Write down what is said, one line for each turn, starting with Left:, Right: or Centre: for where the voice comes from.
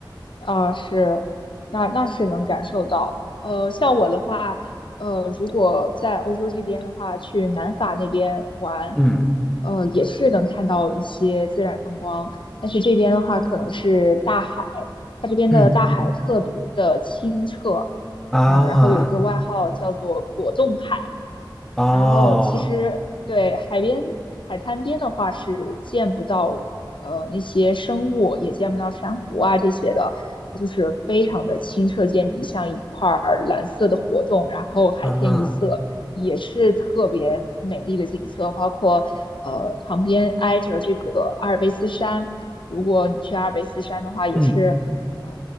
Left: 啊，是，那那是能感受到。呃，像我的话，呃，如果在欧洲这边的话，去南法那边玩，
Centre: 嗯
Left: 呃，也是能看到一些自然风光。但是这边的话，可能是大海，它这边的大海特别的清澈，
Centre: 嗯啊
Left: 呃，然后有一个外号叫做果冻海。
Centre: 哦
Left: 然后其实对海边海滩边的话是见不到呃那些生物，也见不到珊瑚啊这些的，它就是非常的清澈见底，像一块儿蓝色的活动，然后海天一色，
Centre: 啊
Left: 也是特别美丽的景色。包括呃旁边挨着这个阿尔卑斯山，如果你去阿尔卑斯山的话，也是呃
Centre: 嗯